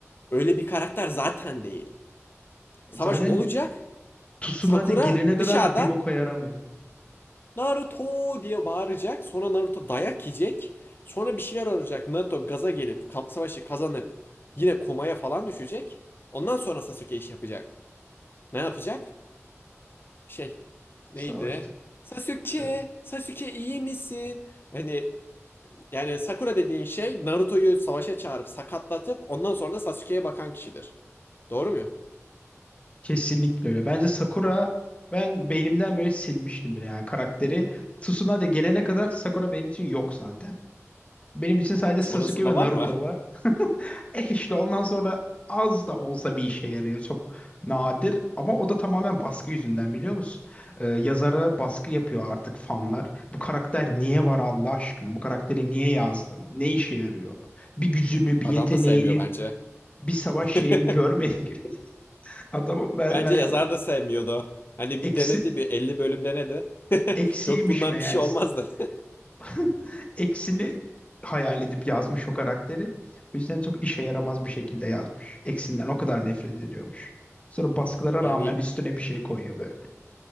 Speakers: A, on the left; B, on the left.
A: öyle bir karakter zaten değil. Savaş
B: Zaten
A: olacak.
B: Tsunade
A: Sakura
B: gelene kadar
A: dışarıdan
B: bir boka yaramıyor.
A: Naruto diye bağıracak. Sonra Naruto dayak yiyecek. Sonra bir şeyler olacak. Naruto gaza gelip kam- savaşı kazanıp yine komaya falan düşecek. Ondan sonra Sasuke iş yapacak. Ne yapacak? şey neydi?
B: Savaştık.
A: Sasuke,
B: Evet.
A: Sasuke iyi misin? Hani yani Sakura dediğin şey Naruto'yu savaşa çağırıp sakatlatıp ondan sonra da Sasuke'ye bakan kişidir. Doğru muyum?
B: Kesinlikle öyle. Bence Sakura ben beynimden böyle silmiştim bile yani karakteri. Tsunade gelene kadar Sakura benim için yok zaten. Benim için sadece
A: Sonrasında
B: Sasuke ve
A: var
B: Naruto
A: mı?
B: var. Eh işte ondan sonra az da olsa bir işe yarıyor. Çok nadir ama o da tamamen baskı yüzünden biliyor musun? Ee, yazara baskı yapıyor artık fanlar. Bu karakter niye var Allah aşkına? Bu karakteri niye yazdın? Ne işe yarıyor? Bir gücünü, bir
A: Adam
B: yeteneğini,
A: da sevmiyor bence.
B: bir savaş
A: <laughs>
B: şeyini görmedik. <laughs> Adamın ben,
A: Bence
B: ben
A: yazar da sevmiyordu. Hani
B: eksi,
A: bir denedi bir 50 bölüm denedi. <laughs>
B: eksiymiş
A: Yok bundan
B: meğerse.
A: bir şey olmazdı.
B: <laughs> Eksini hayal edip yazmış o karakteri. O yüzden çok işe yaramaz bir şekilde yazmış. Eksinden o kadar nefret ediyormuş. Sonra baskılara
A: Yani
B: rağmen üstüne bir şey koyuyor böyle.